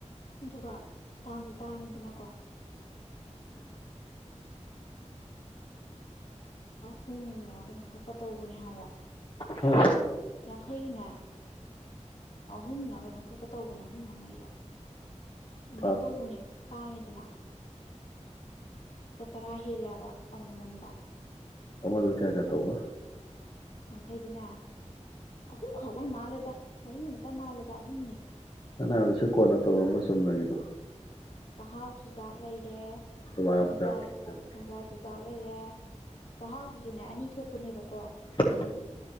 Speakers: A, on the left; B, on the left.
A: ꯑꯗꯨꯒ ꯊꯥꯡꯁꯨ ꯇꯥꯡꯉꯤꯗꯅꯀꯣ ꯍꯍꯨꯝꯃꯨꯛ ꯂꯥꯛꯀꯅꯨ ꯈꯛꯀ ꯇꯧꯕꯅꯦ ꯍꯥꯏꯕ
B: ꯍ
A: ꯌꯥꯡꯈꯩꯒꯤꯅꯦ ꯑꯍꯨꯝꯅ ꯀꯩꯅꯣ ꯈꯛꯀ ꯇꯧꯕꯅꯦ ꯑꯍꯨꯝꯅ ꯃꯔꯤꯔ ꯑꯗꯨꯃꯥꯏꯅ
B: ꯍꯥ
A: ꯇꯧꯕꯅꯦ ꯇꯥꯡꯉꯤꯗꯅ ꯂꯨꯄꯥ ꯇꯔꯥ ꯍꯦꯜꯂꯦꯕ ꯑꯃꯃꯝꯗ
B: ꯑꯔꯗ ꯀꯌꯥ ꯀꯇꯥ ꯍꯒ
A: ꯌꯥꯡꯈꯩꯗꯅꯦ ꯑꯍꯨꯝꯈꯛꯕ ꯃꯥꯜꯂꯦꯗ ꯃꯔꯤꯇ ꯃꯥꯜꯂꯦꯗ ꯑꯍꯨꯝꯅꯦ
B: ꯑꯅꯕꯗ ꯁ ꯀꯣꯟꯅ ꯇꯧꯕꯔ ꯑꯃ ꯆꯨꯝꯅꯒꯤꯗꯣ
A: ꯆꯥꯛꯍꯥꯎ ꯆꯤꯟꯖꯥꯛ ꯂꯩꯔꯦ
B: ꯀꯃꯥꯏ
A: ꯈꯣꯡꯖꯥꯏ
B: ꯀꯌꯥꯝ ꯇꯧꯒꯦꯕ
A: ꯈꯣꯡꯖꯥꯏ ꯆꯤꯟꯖꯥꯛ ꯂꯩꯔꯦ ꯆꯥꯛꯍꯥꯎꯁꯤꯁꯨꯅꯦ ꯑꯅꯤ ꯊꯣꯛꯄꯅꯦꯕꯀꯣ
B: ꯎꯝ